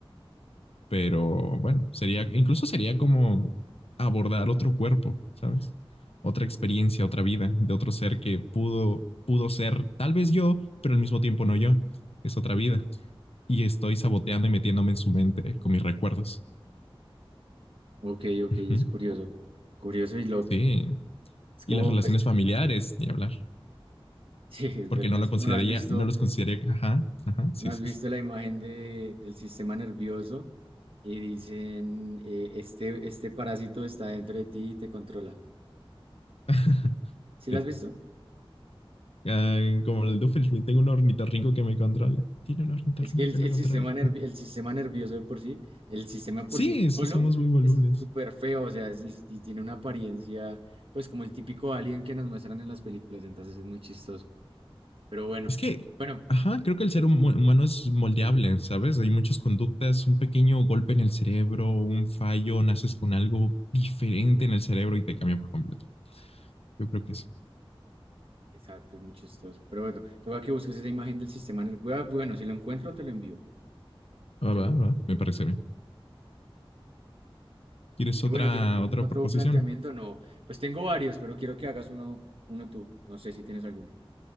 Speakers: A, on the left; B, on the right.
A: pero bueno, sería, incluso sería como abordar otro cuerpo, ¿sabes? Otra experiencia, otra vida de otro ser que pudo, pudo ser tal vez yo, pero al mismo tiempo no yo. Es otra vida. Y estoy saboteando y metiéndome en su mente con mis recuerdos.
B: Ok, ok,
A: Ujú,
B: es curioso. Curioso y loco.
A: Sí.
B: Es
A: Y
B: como,
A: las relaciones familiares, ni hablar,
B: Sí, es
A: porque
B: verdad,
A: no lo
B: es
A: consideraría,
B: como no has visto,
A: no los consideraría, ajá, ajá, sí,
B: no has
A: sí,
B: visto
A: sí.
B: la imagen de, del sistema nervioso y dicen, eh, este, este parásito está dentro de ti y te controla.
A: <laughs>
B: ¿Sí
A: Sí.
B: lo has visto?
A: Ah, como el Doofenshmirtz, tengo un ornitorrinco que me controla. Tiene un ornitorrinco
B: Es que el,
A: que lo
B: el
A: controla.
B: sistema nervi- el sistema nervioso de por sí, el sistema
A: Sí,
B: por sí
A: sí,
B: solo
A: somos muy volubles.
B: es súper feo, o sea, es- y sí tiene una apariencia, pues como el típico alien que nos muestran en las películas, entonces es muy chistoso. Pero bueno,
A: Es que,
B: bueno,
A: ajá, creo que el ser hum- humano es moldeable, ¿sabes? Hay muchas conductas, un pequeño golpe en el cerebro, un fallo, naces con algo diferente en el cerebro y te cambia por completo. Yo creo que sí.
B: exacto, es muy chistoso. Pero bueno, toca que busques esa imagen del sistema nervioso. Bueno, si lo encuentro, te lo envío.
A: Ah,
B: Te
A: va,
B: lo envío
A: va,
B: porque
A: me
B: es
A: parece
B: muy
A: bien. ¿Quieres
B: Y
A: otra,
B: bueno, ¿tienes algún
A: otra
B: otro
A: proposición?
B: planteamiento? No, pues tengo varios, pero quiero que hagas uno, uno tú. No sé si tienes alguno.